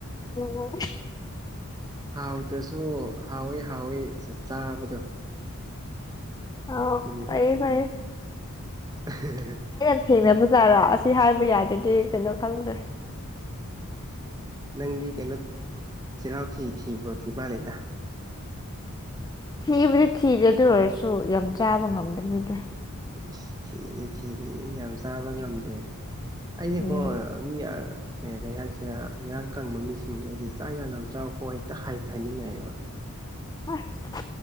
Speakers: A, on the left (about 15°); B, on the right (about 15°).
A: ꯎꯝ ꯎꯝ
B: ꯍꯥꯎꯇ꯭ꯔꯁꯨ ꯍꯥꯎꯋꯦ ꯍꯥꯎꯋꯦ ꯆ ꯆꯥꯕꯗꯣ꯫
A: ꯑꯣ
B: ꯁꯤꯅꯤꯗ
A: ꯐꯩꯌꯦ ꯐꯩꯌꯦ
B: <unintelligible>
A: ꯊꯦꯡꯅꯕꯖꯥꯔꯣ ꯑꯁꯤ ꯍꯥꯏꯕ ꯌꯥꯗ꯭ꯔꯗꯤ ꯀꯩꯅꯣ ꯈꯪꯗ꯭ꯔꯦ
B: ꯅꯪꯗꯤ ꯀꯩꯅꯣ ꯆꯤꯜꯍꯥꯎ ꯊꯤ ꯊꯤꯕ꯭ꯔꯣ ꯊꯤ ꯃꯥꯜꯂꯦꯗ꯫
A: ꯊꯤꯕꯨꯗꯤ ꯊꯤꯗꯦ ꯑꯗꯨ ꯑꯣꯏꯔꯁꯨ ꯌꯥꯝ ꯆꯥꯕ ꯉꯝꯗꯕꯤꯗ
B: ꯏꯁ ꯊꯤꯗꯤ ꯊꯤꯗꯤ ꯌꯥꯝ ꯆꯥꯕ ꯉꯝꯗꯦ ꯑꯩꯅꯀꯣ
A: ꯎꯝ
B: ꯃꯤꯑꯥ ꯀꯩ ꯀꯩ ꯍꯥꯏꯁꯤꯔꯥ ꯃꯌꯥꯥꯡ ꯀꯪꯕ ꯃꯤꯁꯤꯡꯖꯦ ꯑꯩꯗꯤ ꯆꯥꯛ ꯌꯥꯝ ꯌꯥꯝ ꯆꯥꯎꯀꯣ ꯍꯦꯛꯇ ꯍꯥꯏ ꯍꯥꯏꯅꯤꯡꯉꯛꯑꯦꯕ
A: ꯑꯁ